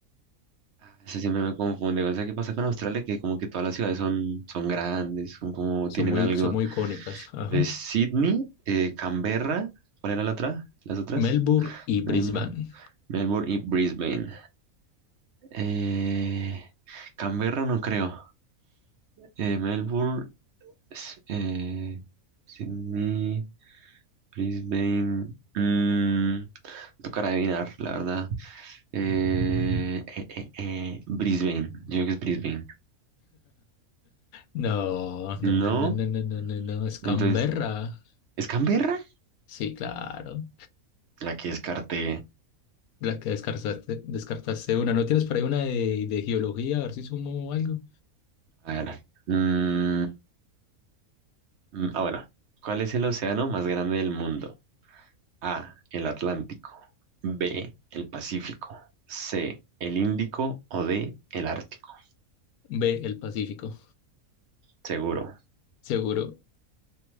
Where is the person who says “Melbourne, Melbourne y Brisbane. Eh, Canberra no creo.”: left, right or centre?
Right